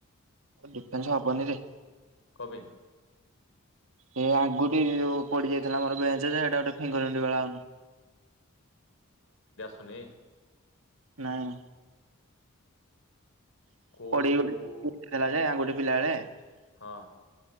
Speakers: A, on the right; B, on the left.
A: ଡିଫେନ୍ସ ହବନି ରେ।
B: କପାଇଁ?
A: ଏ ଆଙ୍ଗୁଠି ଯୋଉ ପୋଡି ଯାଇଥିଲା ମୋର ବେଞ୍ଚ ଯେ, ସେଟା ଗୋଟେ ଫିଙ୍ଗରପ୍ରିଣ୍ଟ ଭାଳ
B: ବନି।
A: ନାହିଁ। <unintelligible>
B: କୋଉ
A: ପିଲା ବେଳେ।
B: ହଁ।